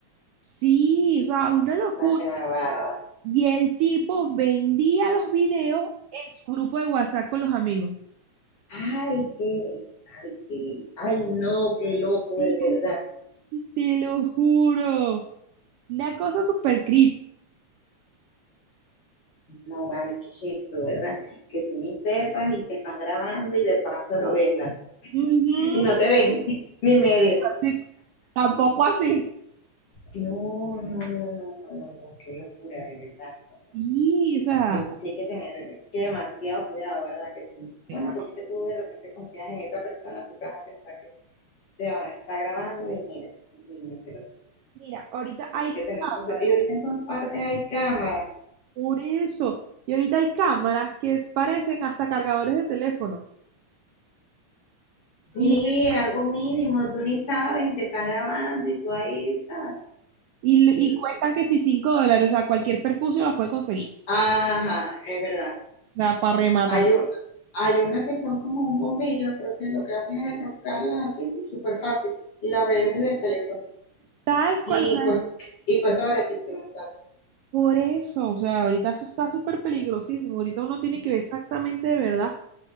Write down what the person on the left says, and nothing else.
las grababa.
Ay, qué, ay, qué, ay, no, qué loco
de verdad.
No vale, qué es eso, ¿verdad? Que tú ni sepas y te están grabando y de paso lo vendan.
Y no te ven, <laughs> ni medio.
No, no, no, no, no, no, no, qué locura, de verdad.
Eso sí hay que tener, es que demasiado cuidado, ¿verdad? Que tú, bueno,
porque es que tú de repente confías en esa persona, tú te vas a pensar que te van a estar grabando y mira, y no, pero
Eso
hay que
tener mucho cuidado. Y ahorita en todas partes hay cámaras.
Sí,
es algo mínimo, tú ni sabes y te están grabando y tú ahí, ¿sabes?
Qué locura.
Ajá, es verdad.
Hay, u- hay unas que son como un bombillo, creo que lo que hacen es enroscarlas así súper fácil y las ves desde el teléfono.
Y,
cuesta, y cuesta baratísimo, sabes